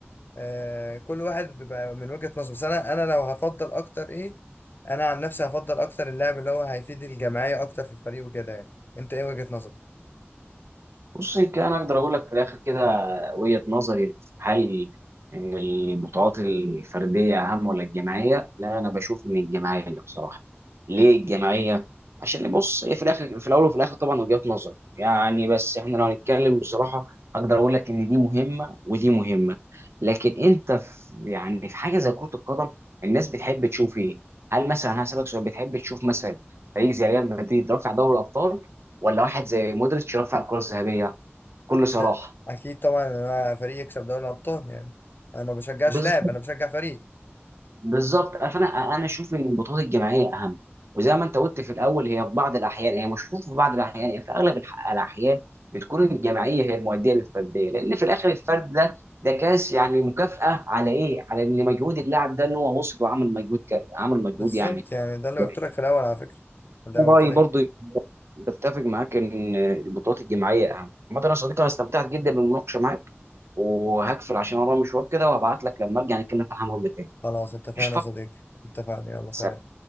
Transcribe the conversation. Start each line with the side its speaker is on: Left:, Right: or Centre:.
Left: آه كل واحد بيبقى من وجهة نظره بس انا انا لو هفضل اكتر ايه انا عن نفسي هفضل اكتر اللعب اللي هو هيفيد الجماعية اكتر في الفريق وكده يعني انت ايه وجهة نظرك؟
Right: بص يمكن انا اقدر اقول لك في الاخر كده وجهة نظري هل ان البطولات الفرديه اهم ولا الجماعيه؟ لا انا بشوف ان الجماعيه بصراحه. ليه الجماعيه؟ عشان بص هي في الاخر في الاول وفي الاخر طبعا وجهة نظر يعني بس احنا لو هنتكلم بصراحه اقدر اقول لك ان دي مهمه ودي مهمه لكن انت في يعني في حاجه زي كره القدم الناس بتحب تشوف ايه؟ هل مثلا هسألك سؤال بتحب تشوف مثلا فريق زي ريال مدريد رافع دوري الابطال ولا واحد زي مودريتش رافع الكره الذهبيه؟ بكل صراحه
Left: لا اكيد طبعا انا فريق يكسب دوري الابطال يعني انا ما بشجعش
Right: بالظبط
Left: لاعب انا بشجع فريق
Right: بالظبط فانا انا اشوف ان البطولات الجماعيه اهم وزي ما انت قلت في الاول هي في بعض الاحيان هي مش في بعض الاحيان هي في اغلب الح- الاحيان بتكون الجماعيه هي المؤديه للفرديه لان في الاخر الفرد ده ده كاس يعني مكافاه على ايه؟ على ان مجهود اللاعب ده ان هو وصل وعمل مجهود ك- عمل مجهود
Left: بالظبط
Right: يعني
Left: يعني ده اللي
Right: كويس.
Left: قلت لك في الاول على فكرة ده
Right: أنا
Left: قلت
Right: رايي
Left: لك
Right: برضو بتفق معاك ان البطولات الجماعيه اهم عامه يا صديقي انا استمتعت جدا بالمناقشه معاك وهقفل عشان ورايا مشوار كده وهبعت لك لما ارجع نتكلم في الحمام تاني
Left: خلاص اتفقنا
Right: قشطه
Left: يا صديقي اتفقنا يلا سلام
Right: سلام